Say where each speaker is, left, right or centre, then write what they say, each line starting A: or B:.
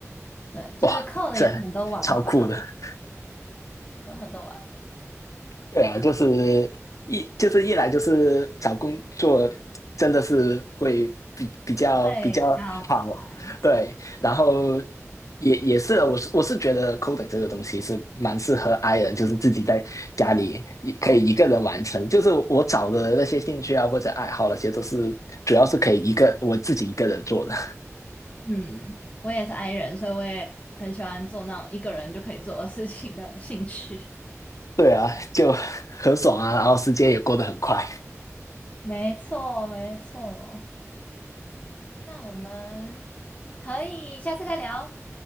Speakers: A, on the left; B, on the left.
A: 对，就是
B: 哇，
A: code
B: 这
A: 有很多玩法，
B: 超酷的。
A: 有很多玩法，
B: 对啊，就是一就是一来就是找工作真的是会比比较比较好，
A: 会要快。
B: 对，然后也也是我是我是觉得 coding 这个东西是蛮适合 i 人，就是自己在家里一可以一个人完成，就是我找的那些兴趣啊或者爱好那些都是主要是可以一个我自己一个人做的，
A: 嗯，我也是 i 人，所以我也很喜欢做那种一个人就可以做的事情的兴趣。<laughs>
B: 对啊，就很爽啊，然后时间也过得很快。
A: 没错，没错。那我们可以下次再聊，